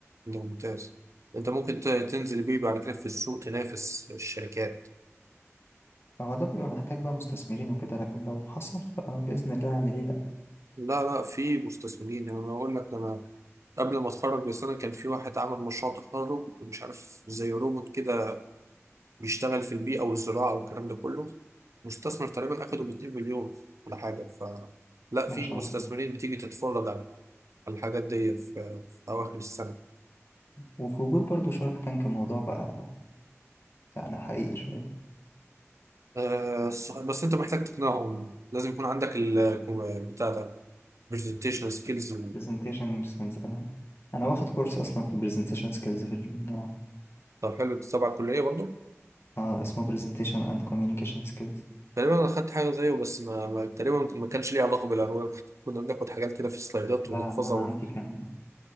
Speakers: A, on the right; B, on the left.
A: ده ممتاز انت ممكن ت- تنزل بيه بعد كده في السوق تنافس الشركات
B: هو ده بيبقى محتاج بقى مستثمرين وكده لكن لو حصل فبإذن الله يعني ليه لأ
A: لا لا في مستثمرين يعني انا اقول لك انا قبل ما اتخرج بسنه كان في واحد عمل مشروع تخرج مش عارف زي روبوت كده بيشتغل في البيئه والزراعه والكلام ده كله مستثمر تقريبا اخده ب 2 مليون ولا حاجه ف لا
B: ما
A: في
B: شاء
A: مستثمرين
B: الله
A: بتيجي تتفرج على على الحاجات دي في, في اواخر السنه
B: وفي وجود برضو شارك تانك الموضوع بقى يعني حقيقي شوية
A: أه ص- بس انت محتاج تقنعهم لازم يكون عندك ال بتاع ده برزنتيشن سكيلز
B: presentation skills اه أنا واخد كورس أصلا في presentation skills في الجامعة
A: طب حلو انت تبع الكليه برضه
B: اه اسمه presentation and communication skills
A: تقريبا انا خدت حاجه زيه بس ما, ما تقريبا ما كانش ليه علاقه بالانواع كنا بناخد حاجات كده في السلايدات
B: لا
A: ونحفظها
B: لا أنا
A: ون...
B: عندي كان